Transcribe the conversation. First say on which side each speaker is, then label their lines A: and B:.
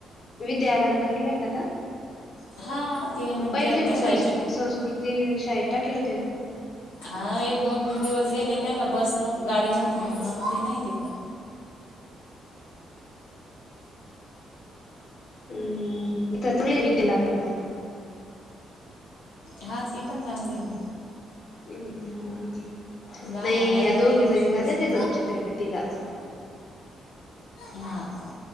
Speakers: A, on the left; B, on the left.
A: विद्या अलंकारलाय काता
B: हा ते म्हणत्या
A: पहिले तुम्ही
B: त्या शाळेचे
A: सं संस्कृती ते शाळेत टाकलं होते ना
B: हा एक दोन तीन दिवस गेले त्यांना बस न गाडी नव्हती ना मग ते नाही तिकडं
A: हम्थ तुले विद्यलांतर पण
B: हा ती पण चांगली ना
A: हम्
B: लहान
A: नाही
B: अटाकला
A: या
B: गेल्या
A: दोघी
B: वर्षीपासून
A: जणी जाते तथं छत्रपतीलाच
B: हा का